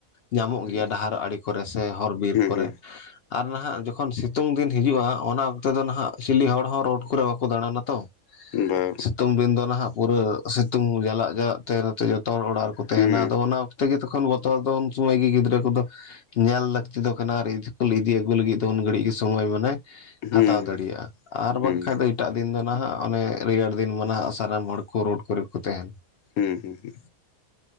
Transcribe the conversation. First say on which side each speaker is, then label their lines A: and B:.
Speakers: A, on the left (about 65°); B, on the left (about 85°).
A: ᱧᱟᱢᱚᱜ
B: ᱦᱩᱸ
A: ᱜᱮᱭᱟ ᱰᱟᱦᱟᱨ ᱟᱲᱮ ᱠᱚᱨᱮ ᱥᱮ ᱦᱚᱨ ᱵᱤᱨ ᱠᱚᱨᱮ
B: ᱦᱩᱸ
A: ᱟᱨ ᱱᱟᱦᱟᱜ ᱡᱚ ᱡᱚᱠᱷᱚᱱ ᱥᱤᱛᱩᱝ ᱫᱤᱱ ᱦᱤᱡᱩᱜ-ᱟ᱾ ᱚᱱᱟ ᱚᱠᱛᱮ ᱫᱚ ᱱᱟᱦᱟᱜ ᱪᱤᱞᱤ ᱦᱚᱲ ᱦᱚᱸ ᱨᱳᱰ ᱠᱚᱨᱮ ᱵᱟᱠᱚ ᱫᱟᱬᱟᱱᱟ ᱛᱚ
B: ᱵᱟᱝ ᱦᱩᱸ ᱵᱟ
A: ᱥᱤᱛᱩᱝ ᱫᱤᱱ ᱫᱚ ᱱᱟᱦᱟᱜ ᱯᱩᱨᱟᱹ ᱥᱤᱛᱩᱝ ᱡᱟᱞᱟᱫ ᱡᱟᱞᱟᱫ ᱛᱮᱛᱮ ᱡᱚᱛᱚ ᱦᱚᱲ ᱚᱲᱟᱜ ᱨᱮ ᱛᱟᱦᱮᱱᱟ
B: ᱦᱩᱸ
A: ᱟᱫᱚ ᱚᱱᱟ ᱚᱠᱛᱮ ᱜᱮ ᱛᱚᱠᱷᱚᱱ ᱵᱚᱛᱚᱨ ᱫᱚ ᱩᱱ ᱥᱚᱢᱚᱭ ᱜᱮ ᱜᱤᱫᱽᱨᱟᱹ ᱠᱚᱫᱚ ᱠᱚ ᱧᱮᱞ ᱞᱟᱹᱠᱛᱤ ᱫᱚ ᱠᱟᱱᱟ ᱟᱨ ᱤᱫᱤ ᱟᱹᱜᱩ ᱞᱟᱹᱜᱤᱫ ᱫᱚ ᱩᱱ ᱜᱷᱟᱹᱲᱤᱡ ᱜᱮ ᱥᱚᱢᱚᱭ ᱢᱟᱱᱮ
B: ᱦᱩᱸ
A: ᱦᱟᱛᱟᱣ ᱫᱟᱲᱮᱭᱟᱜᱼᱟ᱾ ᱟᱨ
B: ᱦᱩᱸ
A: ᱵᱟᱝᱠᱷᱟ ᱫᱚ ᱮᱴᱟᱜ ᱫᱤᱱ ᱫᱚ ᱱᱟᱦᱟᱜ ᱚᱱᱮ ᱨᱮᱭᱟᱲ ᱫᱤᱱ ᱢᱟ ᱱᱟᱦᱟᱜ ᱥᱟᱱᱟᱢ ᱦᱚᱲ ᱠᱚ ᱨᱳᱰ ᱠᱚᱨᱮ ᱠᱚ ᱛᱟᱦᱮᱱᱟ
B: ᱦᱩᱸ ᱦᱩᱸ ᱦᱩᱸ